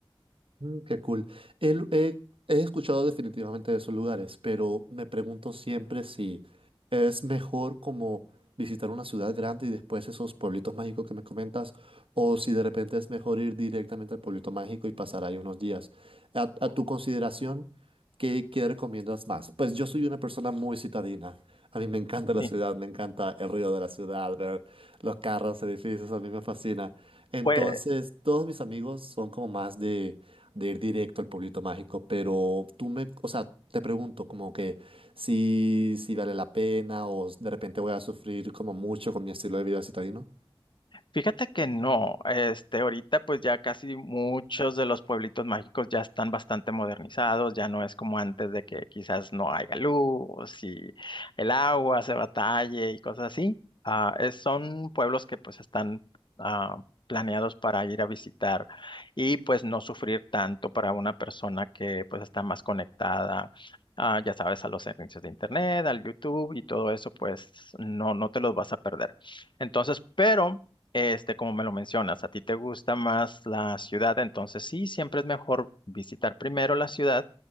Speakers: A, on the right (about 70°); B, on the left (about 55°).
A: Mm, qué cool. El- he, he escuchado definitivamente de esos lugares, pero me pregunto siempre si es mejor como visitar una ciudad grande y después esos pueblitos mágicos que me comentas, o si de repente es mejor ir directamente al pueblito mágico y pasar ahí unos días. A, a tu consideración, ¿qué, qué recomiendas más? Pues yo soy una persona muy citadina. A mí me encanta la
B: Sí.
A: ciudad, me encanta el río de la ciudad, los carros, edificios, a mí me fascina. Entonces,
B: Pues
A: todos mis amigos son como más de, de ir directo al pueblito mágico, pero tú me, o sea, te pregunto como que si, si vale la pena o de repente voy a sufrir como mucho con mi estilo de vida citadino.
B: Fíjate que no, este, ahorita pues ya casi muchos de los pueblitos mágicos ya están bastante modernizados, ya no es como antes de que quizás no haya luz y el agua se batalle y cosas así. Ah, es- son pueblos que pues están ah, planeados para ir a visitar y pues no sufrir tanto para una persona que pues está más conectada. ah, ya sabes, a los servicios de internet, al YouTube y todo eso, pues no, no te los vas a perder. Entonces, pero este, como me lo mencionas, a ti te gusta más la ciudad, entonces sí, siempre es mejor visitar primero la ciudad,